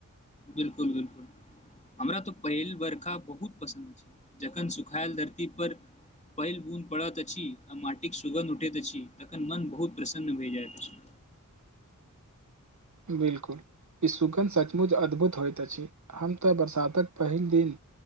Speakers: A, on the left; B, on the right.
A: 'बिल्कुल'- 'बिलकुल'। हमरा तऽ पहिल बर्खा बहुत पसन्द अछि, जखन सुखायल धरती पर। पहिल बून्द पड़त अछि, आ माटिक सुगन्ध उठैत अछि, तखन मन बहुत प्रसन्न भए जाइत अछि।
B: बिलकुल, इ सुगन्ध सचमुच अद्भुत होयत अछि हम तऽ बरसातक पहिल दिन